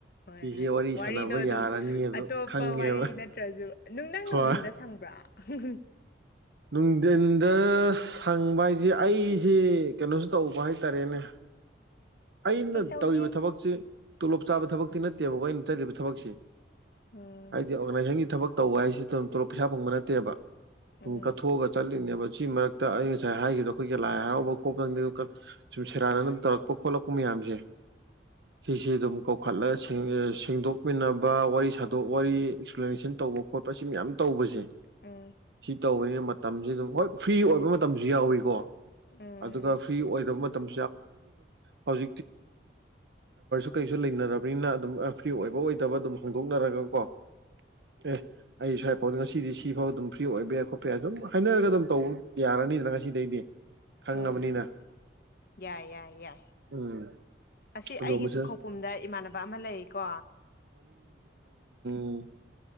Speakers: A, on the left; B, on the right.
A: ꯍꯣꯏ
B: ꯁꯤꯁꯦ
A: ꯍꯥꯏꯗꯤ
B: ꯋꯥꯔꯤ
A: ꯋꯥꯔꯤꯗꯣ
B: ꯁꯥꯟꯅꯕ
A: ꯑꯗꯨꯝ
B: ꯌꯥꯔꯅꯤꯕ
A: ꯑꯇꯣꯞꯄ
B: ꯈꯪꯉꯦꯕ
A: ꯋꯥꯔꯤ ꯅꯠꯇ꯭ꯔꯁꯨ ꯅꯨꯡꯊꯪ ꯅꯨꯡꯊꯤꯟꯗ
B: ꯍꯣꯏ
A: ꯁꯪꯕ꯭ꯔꯥ ꯎ
B: ꯅꯨꯡꯊꯤꯟꯗ ꯁꯪꯕ ꯍꯥꯏꯁꯦ ꯑꯩꯁꯦ ꯀꯩꯅꯣꯁꯨ ꯇꯧꯕ ꯍꯥꯏꯇꯥꯔꯦꯅꯦ ꯑꯩꯅ
A: ꯀꯩꯇꯧꯒꯦ
B: ꯇꯧꯔꯤꯕ ꯊꯕꯛꯁꯤ ꯇꯣꯂꯣꯞ ꯆꯥꯕ ꯊꯕꯛꯇꯤ ꯅꯠꯇꯦꯕꯀꯣ ꯑꯩꯅ ꯆꯠꯂꯤꯕ ꯊꯕꯛꯁꯤ
A: ꯎꯝ
B: ꯍꯥꯏꯗꯤ ꯑꯣꯔꯒꯅꯥꯏꯖꯦꯁꯟꯒꯤ ꯊꯕꯛ ꯇꯧꯕ ꯍꯥꯏꯁꯤꯗꯂꯞ ꯄꯩꯁꯥ ꯐꯪꯕ ꯅꯠꯇꯦꯕ
A: ꯎꯝ
B: ꯑꯗꯨꯝ ꯀꯠꯊꯣꯛꯑꯒ ꯆꯠꯂꯤ ꯤꯡꯅꯦꯕ ꯁꯤ ꯃꯔꯛꯇ ꯑꯩ ꯉꯁꯥꯏ ꯍꯥꯏꯈꯤꯕꯗꯣ ꯑꯩꯈꯣꯏꯒꯤ ꯂꯥꯏ ꯍꯔꯥꯎꯕ ꯀꯣꯇꯪ ꯁꯨꯝ ꯁꯦꯔꯥꯟꯅꯅ ꯇꯧꯔꯛꯄ ꯎꯃꯤꯌꯥꯝꯝꯁꯦ ꯁꯤꯁ ꯑꯗꯨꯝ ꯀꯧꯈꯠꯂꯒ ꯁꯦꯡꯗꯣꯛꯃꯤꯟꯅꯕ ꯋꯥꯔꯤ ꯁꯥꯗꯣꯛ ꯋꯥꯔꯤ ꯑꯦꯛꯁꯄ꯭ꯂꯦꯅꯦꯁꯟ ꯃꯁꯤ ꯃꯌꯥꯝ ꯇꯧꯕꯁꯦ
A: ꯎꯝ
B: ꯁꯤ ꯇꯧꯕꯅꯤꯅ ꯃꯇꯝꯁꯦ ꯑꯗꯨꯝ ꯍꯣꯏ ꯐ꯭ꯔꯤ ꯑꯣꯏꯕ ꯃꯇꯝꯁꯨ ꯌꯥꯎꯏꯤꯀꯣ
A: ꯎꯝ
B: ꯑꯗꯨꯒ ꯐ꯭ꯔꯤ ꯑꯣꯏꯗꯕ ꯑꯗꯨꯝ ꯍꯧ ꯀ ꯅ ꯑꯗꯨꯝ ꯐ꯭ꯔꯤ ꯑꯣꯏꯕ ꯑꯣꯏꯗꯕ ꯑꯗꯨꯝ ꯍꯧꯗꯣꯛꯅꯔꯒ ꯀꯣ ꯑꯦ ꯑꯩ ꯁ꯭ꯋꯥꯏꯐꯥꯎꯗ ꯉꯁꯤꯗꯤ ꯁꯤꯐꯥꯎ ꯑꯗꯨꯝ ꯐ꯭ꯔꯤ ꯑꯣꯏꯕ ꯌꯥꯏ ꯈꯣꯠꯄ ꯌꯥꯏ ꯑꯗꯨꯝ ꯍꯥꯏꯅꯔꯒ ꯑꯗꯨꯝ ꯇꯧꯕ ꯌꯥꯔꯅꯤꯗꯅ ꯉ ꯑꯁꯤꯗꯩꯗꯤ ꯈꯪꯉꯕꯅꯤꯅ
A: ꯎꯝ ꯌꯥꯏ ꯌꯥꯏ
B: ꯎꯝ
A: <inaudible> ꯑꯁꯤ
B: ꯑꯗꯣ
A: ꯑꯩꯒꯤꯁꯨ
B: ꯃꯁꯤ
A: ꯈꯧꯄꯨꯝꯗ ꯏꯃꯥꯟꯅꯕ ꯑꯃ ꯂꯩꯀꯣ
B: ꯎ